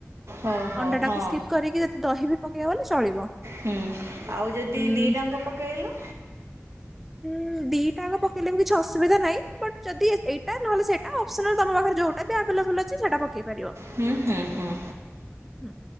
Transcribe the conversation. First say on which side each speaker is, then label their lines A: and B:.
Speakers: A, on the right; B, in the centre.
A: ଓହୋ
B: ଅଣ୍ଡା
A: ହଁ
B: ଟାକୁ ସ୍କିପ୍ କରିକି ଯଦି ଦହି ବି ପକେଇବ ବୋଲେ ଚଳିବ।
A: ହୁଁ ଆଉ ଯଦି
B: ଉଁ
A: ଦି ଟା ଆଙ୍କ ପକେଇଲ?
B: ହୁଁ ଦିଟା ଆକ ପକେଇଲେ ବି କିଛି ଅସୁବିଧା ନାଇଁ ବଟ୍ ଜଦି ଏଇଟା ନହେଲେ ସେଟା ଅପ୍ସନାଲ୍ ତମ ପାଖରେ ଯୋଉ ଏବେ ଆଭେଲେବୁଲ ଅଛି ସେଟା ପକେଇ ପାରିବ।
A: ହୁଁ ହୁଁ ହୁଁ।
B: ହୁଁ।